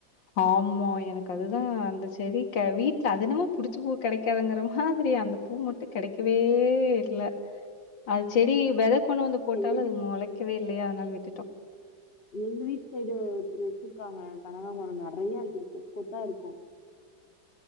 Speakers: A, on the left (about 75°); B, on the left (about 35°).
A: ஆமா எனக்கு அதுதா அந்த செடி வீட்ல அது என்னமோ புடிச்ச பூ கெடைக்காதுங்கிற மாதிரி அந்த பூ மட்டு கெடைக்கவே இல்ல அது செடி வெத கொண்டு வந்து போட்டாலு
B: சரி எது
A: அது மொளைக்கவே இல்லையா அதனால விட்டுட்டோ
B: எங்க வீட் சைடு ஒருத்தர் வச்சிருக்காங்க கனகாமர நெறைய வச்சுருக்கு கொத்தா இருக்கு